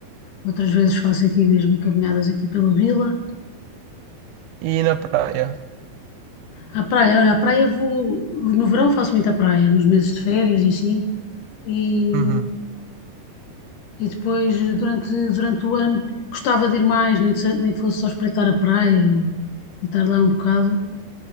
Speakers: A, on the left; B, on the right.
A: outras vezes faço aqui mesmo caminhadas aqui pela vila
B: E na praia.
A: A praia, olha, a praia vou. No verão faço muita praia, nos meses de férias e assim. E,
B: Uhum.
A: e depois, durante, durante o ano, gostava de ir mais, nem que, se- nem que fosse só espreitar a praia e, e estar lá um bocado.